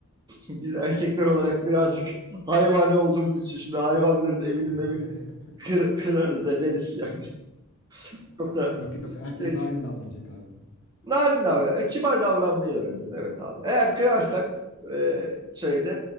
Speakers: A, on the right; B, on the left.
A: <laughs> Biz erkekler olarak birazcık hayvani olduğumuz için şimdi hayvanların evini
B: <laughs>
A: mevini de kır- kırarız ederiz yani. <laughs> Çok da
B: Yok yok herkes
A: şey,
B: narin davranacak abi.
A: narin davran, e, kibar davranmayı öğreneceğiz. Evet abi. Eğer kırarsak e, şeyde